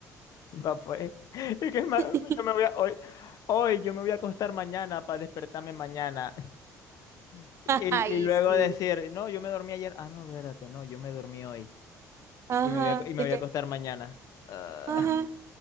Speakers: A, on the left; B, on the right.
A: Va pues, <laughs> es que ma-
B: <laughs>
A: yo me voy a, hoy, hoy yo me voy a acostar mañana para despertarme mañana <laughs> y,
B: ay,
A: y luego
B: sí.
A: decir, no, yo me dormí ayer, ah, no, espérate, no, yo me dormí hoy
B: Ajá,
A: y me voy a, y me
B: de
A: voy
B: que,
A: a acostar mañana. Ah.
B: ajá,